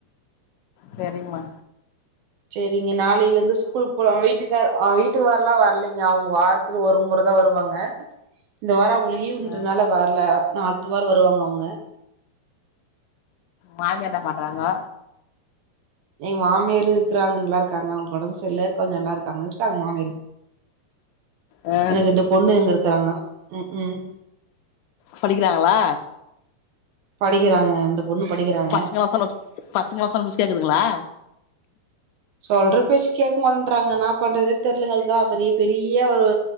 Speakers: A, on the left; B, on the right.
A: செரிங்மா
B: சேரிங்க நாாளையில இருந்து ஸ்கூலுக்கு போலா வீட்டுக் வீட்டுக்கார் அ வீட்டுக்கு வர்லா வர்லைங்க அவுங்க வாரத்து ஒரு மொறதா வருவாங்க இந்த வாரோ அவு லீவுன்றனால
A: ஆ
B: வர்ல நா அடுத்த வாரோ வருவாங்க அவுங்க
A: மாமியார் இன்னா பண்றாங்கோ
B: எங்க மாமியாரு இருக்குறாங்க நல்லா இருக்காங்க அவுங்க ஒடம்பு செர்ல கொஞ்சோ நல்லா இருக்காங்க இருக்காங்க எங் மாமியாரு
A: ஆ
B: எனக்கு இந்த பொண்ணு எங்க இருக்கறாங்க ம் ம்
A: படிக்றாங்ளா
B: படிக்கிறாங்க அந்த பொண்ணு படிக்கிறாங்க
A: பசங்லா சொன்ன பசங்லா சொன்ன பேச்சு கேக்குதுங்ளா
B: சொல்ற பேச்சு கேட்க மாட்டேன்றாங்க என்னா பண்றது தெர்லங்க அதுக்குதா பெரிய பெரிய ஒரு